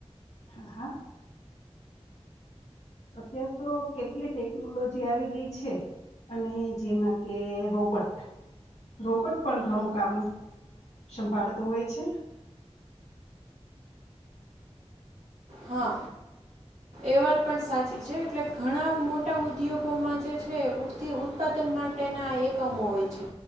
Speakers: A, on the left (about 80°); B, on the right (about 85°).
A: હા હા. અત્યાર તો કેટલી ટેકનોલોજી આવી ગઈ છે, અને જેમાં કે રોબોટ રોબોટ, પણ ઘણું કામ સંભાળતું હોય છે.
B: હા એ વાત પણ સાચી છે એટલે ઘણા મોટા ઉદ્યોગોમાં જે છે ઉત્પાદન માટેના એકમો હોય છે,